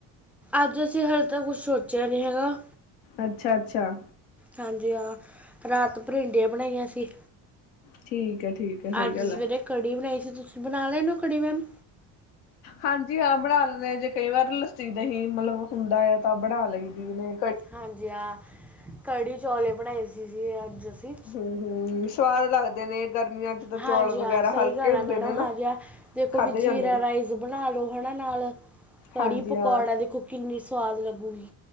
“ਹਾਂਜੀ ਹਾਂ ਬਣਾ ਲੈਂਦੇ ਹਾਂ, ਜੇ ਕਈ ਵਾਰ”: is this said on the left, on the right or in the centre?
Left